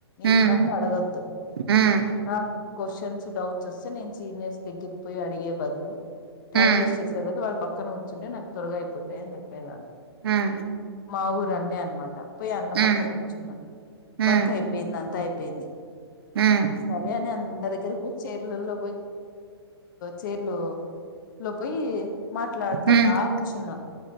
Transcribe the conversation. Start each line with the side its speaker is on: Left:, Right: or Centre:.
Right: మ్మ్
Left: ఈగ నన్న అడగద్దు
Right: మ్మ్
Left: నాకు క్వశ్చన్స్ డౌట్స్ వస్ నేను సీనియర్స్ దగ్గర పోయి అడిగే బదులు హలో టైమ్
Right: మ్మ్
Left: వేస్ట్ చేసేవాళ్ళు వల్ల పక్క పక్కన వచ్చుంటే నాకు త్వరగా అయిపోతా అని చెప్పేదాన్ని
Right: మ్మ్
Left: మా ఊరన్నే అనమాట పోయి అన్న
Right: మ్మ్
Left: పక్కన కూచన్నా
Right: మ్మ్
Left: వర్క్ అయిపోయింది అంతా అయిపోయింది. ఎది
Right: మ్మ్ మ్మ్
Left: సరే అని అందరి దగ్గరకి పోయి చేరుత్ లల్లో పోయి చేర్లు లోపోయి మాట్లాడతవ
Right: మ్మ్
Left: కూర్చున్నా